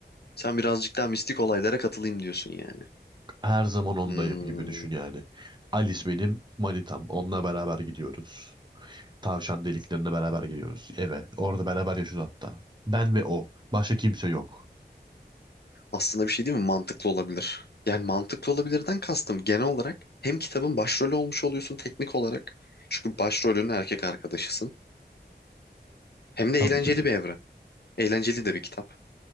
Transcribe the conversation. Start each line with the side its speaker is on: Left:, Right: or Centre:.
Left: Sen birazcık daha mistik olaylara katılayım diyorsun yani.
Right: Her zaman ondayım
Left: Hmm,
Right: gibi düşün yani. Alice benim manitam. Onunla beraber gidiyoruz. Tavşan deliklerine beraber gidiyoruz eve. Orada beraber yaşıyoruz hatta. Ben ve o. Başka kimse yok.
Left: aslında bir şey değil mi? Mantıklı olabilir. Yani mantıklı olabilirden kastım genel olarak hem kitabın başrolü olmuş oluyorsun teknik olarak. Çünkü başrolünün erkek arkadaşısın. Hem de
Right: Tabii
Left: eğlenceli
Right: ki de.
Left: bir evren. Eğlenceli de bir kitap.